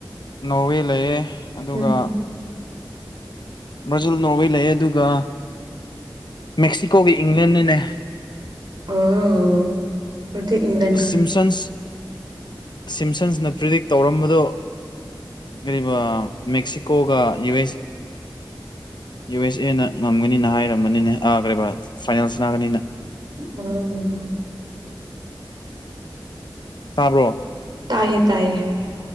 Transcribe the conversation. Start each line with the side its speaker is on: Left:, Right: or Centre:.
Left: ꯅꯣꯔꯋꯦ ꯂꯩꯌꯦ ꯑꯗꯨꯒ
Right: ꯎꯝ
Left: ꯕ꯭ꯔꯥꯖꯤꯜ ꯅꯣꯔꯋꯦ ꯂꯩꯌꯦ ꯑꯗꯨꯒ ꯃꯦꯛꯁꯤꯀꯣꯒꯤ ꯏꯪꯂꯦꯟꯅꯤꯅꯦ
Right: ꯑꯣ ꯑꯗꯨꯗꯤ ꯏꯪꯂꯦ
Left: ꯁꯤꯝꯁꯟꯁ ꯁꯤꯝꯁꯟꯁꯅ ꯄ꯭ꯔꯤꯗꯤꯛ ꯇꯧꯔꯝꯕꯗꯣ ꯀꯔꯤꯕ ꯃꯦꯛꯁꯤꯀꯣꯒ ꯌꯨ ꯑꯦꯁ ꯌꯨ ꯑꯦꯁ ꯑꯦꯅ ꯉꯝꯒꯅꯤꯅ ꯍꯥꯏꯔꯝꯕꯅꯤꯅ ꯑ ꯀꯔꯤꯕ ꯐꯥꯏꯅꯦꯜ ꯁꯥꯟꯅꯒꯅꯤꯅ
Right: ꯎꯝ
Left: ꯇꯥꯕ꯭ꯔꯣ
Right: ꯇꯥꯏꯌꯦ ꯇꯥꯏꯌꯦ